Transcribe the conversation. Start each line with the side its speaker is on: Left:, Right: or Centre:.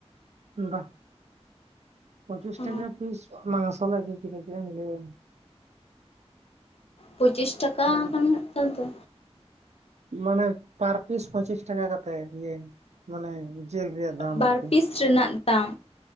Right: ᱵᱟᱝ ᱯᱚᱸᱪᱤᱥ
Left: ᱚ
Right: ᱴᱟᱠᱟ ᱯᱤᱥ ᱢᱟᱝᱥᱚ ᱞᱮ ᱟᱹᱜᱩ ᱠᱮᱫᱟ ᱪᱮᱫ ᱮᱢ ᱞᱟᱹᱭᱟ ᱾
Left: ᱯᱚᱸᱪᱤᱥ ᱴᱟᱠᱟ
Right: ᱦᱮᱸ
Left: ᱠᱟᱱ ᱱᱮᱛᱟᱨ ᱫᱚ᱾
Right: ᱢᱟᱱᱮ ᱯᱟᱨ ᱯᱤᱥ ᱯᱚᱸᱪᱤᱥ ᱴᱟᱠᱟ ᱠᱟᱛᱮᱜ ᱤᱭᱟᱹ᱾ ᱢᱟᱱᱮ ᱡᱮᱞ ᱨᱮᱭᱟᱜ ᱫᱟᱢ
Left: ᱵᱟᱨ
Right: ᱟᱨᱠᱤ
Left: ᱯᱤᱥ ᱨᱮᱱᱟᱜ ᱫᱟᱢ